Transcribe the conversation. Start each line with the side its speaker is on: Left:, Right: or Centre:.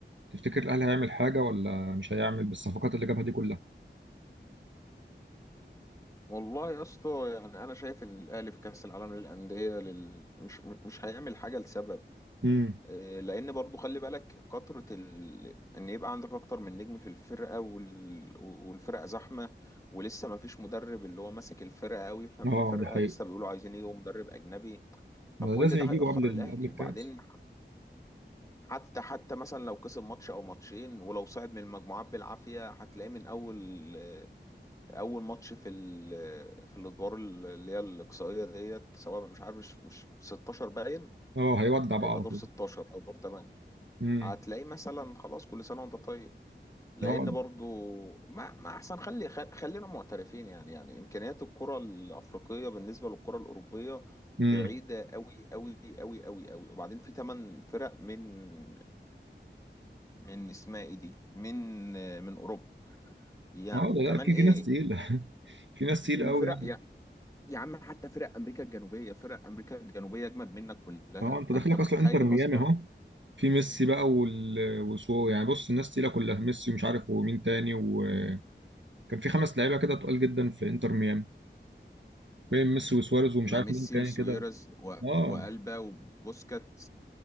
Right: تفتكر الاهلي هيعمل حاجه ولا مش هيعمل بالصفقات اللي جابها دي كلها
Left: والله يا اسطى يعني أنا شايف إن الأهلي في كأس العالم للأندية لل... مش مش هيعمل حاجة لسبب
Right: امم
Left: آه، لان برضو خلي بالك كترة ال... ان يبقى عندك اكتر من نجم في الفرقة وال... والفرقة زحمة ولسه ما فيش مدرب اللي هو ماسك الفرقة قوي فاهم
Right: اه
Left: الفرقة
Right: ده حقيقي
Left: لسه بيقولوا عايزين يجيبوا مدرب اجنبي
Right: ما
Left: فكل
Right: لازم
Left: ده
Right: يجيبه
Left: هيأخر
Right: قبل ال...
Left: الاهلي
Right: قبل الكاس
Left: وبعدين حتى حتى مثلا لو كسب ماتش او ماتشين ولو صعد من المجموعات بالعافية هتلاقيه من اول آه، اول ماتش في ال... آه، في الادوار اللي هي الاقصائية ديت سواء مش عارف مش مش 16 باين
Right: اه هيودع بقى
Left: هيبقى
Right: على
Left: دور
Right: طول
Left: 16 او دور 8
Right: امم
Left: هتلاقيه مثلا خلاص كل سنه وانت طيب لان
Right: اه
Left: برضو ما, ما احسن خلي خ- خلينا معترفين يعني يعني امكانيات الكره الافريقيه بالنسبه للكره الاوروبيه
Right: امم
Left: بعيده قوي قوي قوي قوي قوي وبعدين في ثمان فرق من من اسمها ايه دي من من اوروبا يعني
Right: اه ده
Left: وكمان
Right: لا في
Left: ايه
Right: في ناس تقيله <laughs> في ناس تقيله
Left: وفرق
Right: قوي يعني
Left: يعني يا عم حتى فرق امريكا الجنوبيه فرق امريكا الجنوبيه اجمد منك كلها
Right: اه انت داخلك
Left: فانت متخيل
Right: اصلا انتر ميامي
Left: اصلا
Right: اهو في ميسي بقى وال... وسو يعني بص الناس تقيله كلها ميسي ومش عارف ومين تاني وكان في خمس لعيبه كده تقال جدا في انتر ميامي بين ميسي وسواريز ومش
Left: ما
Right: عارف
Left: ميسي
Right: مين تاني
Left: وسويرز
Right: كده
Left: و...
Right: اه
Left: والبا وبوسكات